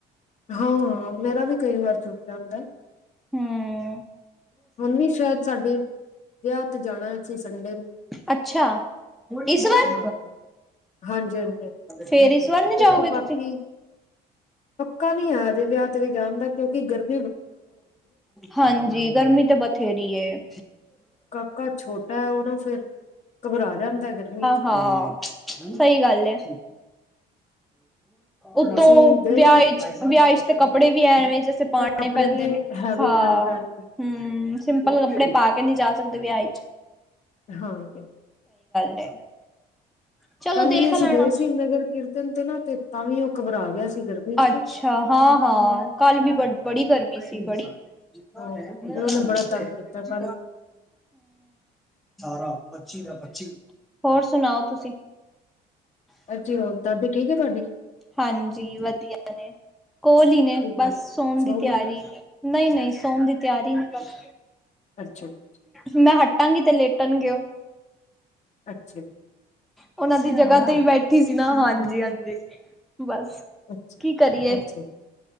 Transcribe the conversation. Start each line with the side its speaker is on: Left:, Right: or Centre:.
Left: ਹਾਂ, ਮੇਰਾ ਵੀ ਕਈ ਵਾਰ ਟ ਜਾਂਦਾ।
Centre: ਹਮ
Left: ਹੁਣ ਵੀ ਸ਼ਾਇਦ ਸਾਡੇ ਵਿਆਹ ਤੇ ਜਾਣਾ ਅਸੀਂ ਸੰਡੇ ਨੂੰ
Centre: ਅੱਛਾ, ਇਸ ਵਾਰ,
Left: ਹਾਂ ਹਾਂਜੀ ਹਾਂਜੀ
Centre: ਫੇਰ ਇਸ ਫੇਰ ਨਹੀਂ ਜਾਓਗੇ
Left: ਦੇਖੋ ਬਾਕੀ
Centre: ਤੁਸੀਂ
Left: ਪੱਕਾ ਨਹੀਂ ਆ ਅਜੇ ਵਿਆਹ ਤੇ ਵੀ ਜਾਣ ਦਾ ਕਿਉਂਕਿ ਗਰਮ
Centre: ਹਾਂਜੀ, ਗਰਮੀ ਤੇ ਬਥੇਰੀ ਹਾਂ-
Left: ਕਾਕਾ ਛੋਟਾ ਹੈ ਉਹ ਨਾ ਫਿਰ ਘਬਰਾ ਜਾਂਦਾ ਗਰਮੀ ਚ
Centre: ਹਾਂ,
Left: ਨਾ
Centre: ਸਹੀ ਗੱਲ ਆ।
Left: ਹਾਂ
Centre: ਉੱਤੋਂ
Left: ਅਸੀਂ ਗਏ
Centre: ਵਿਆਹ,
Left: ਹਾਂ
Centre: ਵਿਆਹ ਚ ਤੇ ਕੱਪੜੇ ਵੀ ਐਵੇਂ ਜੈਸੇ ਪਾਣੇ
Left: ਸਰ ਕੱਪੜੇ
Centre: ਪੈਂਦੇ
Left: ਵੀ
Centre: ਨੇ,
Left: ਹੈਵੀ
Centre: ਹਾਂ
Left: ਪਾਣੇ ਪੈਣਗੇ
Centre: ਹਮ ਸਿੰਪਲ ਕੱਪੜੇ ਪਾ ਕੇ ਨਹੀਂ ਜਾ ਸਕਦੇ। ਵਿਆਹ ਚ
Left: ਹਾਂ ਜੀ।
Centre: <unintelligible> ਚਲੋ
Left: ਕੱਲ
Centre: ਦੇਖ
Left: ਵੀ ਅਸੀਂ
Centre: ਲੈਣਾ
Left: ਗਏ ਸੀ ਨਗਰ ਕੀਰਤ ਨ ਤੇ ਤਾਂ ਵੀ ਉਹ ਘਬਰਾ ਗਿਆ ਸੀ ਗਰਮੀ ਚ
Centre: ਅੱਛਾ,
Left: ਨਾ
Centre: ਹਾਂ- ਹਾਂ ਕੱਲ ਵੀ ਬੜੀ ਗਰਮੀ ਸੀ ਬੜੀ ਪੱਚੀ
Left: ਹਾਂ ਫਿਰ ਉਹਨੇ ਬੜਾ ਤੰਗ ਕੀਤਾ ਕੱਲ
Centre: ਦਾੱਚੀ, ਹੋਰ ਸੁਣਾਓ ਤੁਸੀਂ?
Left: ਅਸੀ ਹੋਰ ਸਭ ਠੀਕ ਤੁਹਾਡੀ
Centre: ਹਾਂਜੀ ਵਧੀਆ ਨੇ ਕੋਲ ਹੀ ਨੇ
Left: ਕੀ ਕਰ
Centre: ਬਸ
Left: ਰਹੇ
Centre: ਸੋਣ
Left: ਸੋ
Centre: ਦੀ
Left: ਗਏ
Centre: ਤਿਆਰੀ ਨੇ ਨਹੀਂ ਨਹੀਂ ਸੋਣ ਦੀ ਤਿਆਰੀ ਨਹੀਂ ਬੱਸ
Left: ਅੱਛਾ ਜੀ
Centre: ਮੈਂ ਹੱਟ ਟਾਂਗੀ ਤੇ ਲੇਟਣਗੇ ਉਹ
Left: ਅੱਛਾ ਜੀ
Centre: ਉਹਨਾਂ ਦੀ ਜਗ੍ਹਾ ਤੇ ਹੀ ਬੈਠੀ ਸੀ ਨਾ ਹਾਂਜੀ ਹਾਂਜੀ ਬਸ
Left: ਅੱਛਾ
Centre: ਕੀ ਕਰੀਏ
Left: ਅੱਛਾ ਜੀ